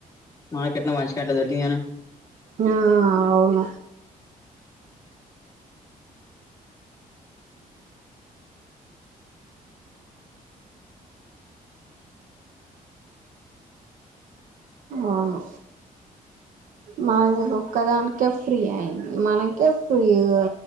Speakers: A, on the left; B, on the right.
A: మాంకేట్ల వాంచికట్లా దొరికియానా
B: ఆ అవును అవును మన్ కొక్కదానికే ఫ్రీ అయింది మనకే ఫ్రీగా